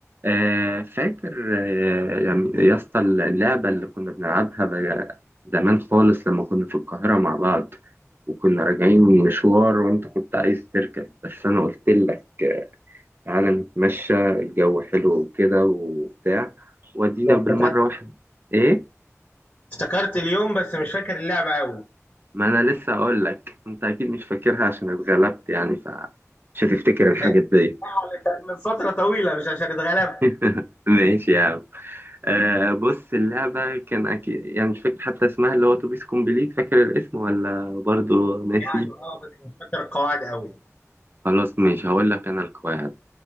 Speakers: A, on the right; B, on the left.
A: آه، فاكر آه، يعني يا اسطى اللعبة اللي كنا بنلعبها بقى زمان خالص لما كنا في القاهرة مع بعض وكنا راجعين من مشوار وانت كنت عايز تركب بس انا قلت لك آه، تعالى نتمشى الجو حلو وكده وبتاع ودينا
B: افتكرت
A: بالمرة واحدة ايه
B: افتكرت اليوم بس مش فاكر اللعبة قوي
A: ما انا لسه اقول لك انت اكيد مش فاكرها عشان اتغلبت يعني فمش هتفتكر
B: <laughs>
A: الحاجات دي
B: علشان من فترة طويلة مش عشان اتغلبت
A: <laughs> ماشي يا عم آه بص اللعبة كان أكيد يعني مش فاكر حتى اسمها اللي هو توبيس كومبليت فاكر الاسم ولا برضو ناسي
B: يعني اه بس مش فاكر القواعد قوي
A: خلاص ماشي هقول لك أنا القواعد